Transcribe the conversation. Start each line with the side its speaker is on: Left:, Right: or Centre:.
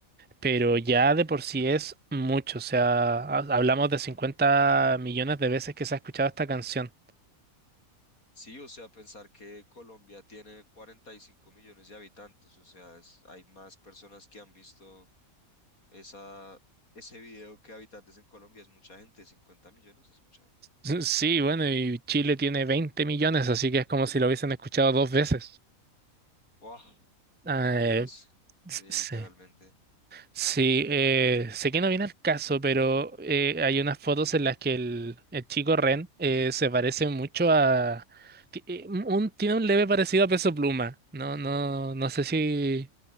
Right: pero ya de por sí es mucho, o sea, ha- hablamos de 50 millones de veces que se ha escuchado esta canción.
Left: sí, o sea, pensar que Colombia tiene 45 millones de habitantes, o sea, es- hay más personas que han visto esa, ese video que habitantes en Colombia, es mucha gente, 50 millones es mucha
Right: <laughs> Sí, bueno, y Chile tiene 20 millones, así que es como si lo hubiesen escuchado dos veces.
Left: Wow,
Right: Eh,
Left: Dios,
Right: s-
Left: literalmente.
Right: sí, sí, eh, sé que no viene al caso, pero eh, hay unas fotos en las que el, el chico Ren eh, se parece mucho a... ti- eh, Un, tiene un leve parecido a Peso Pluma. No, no, no sé si,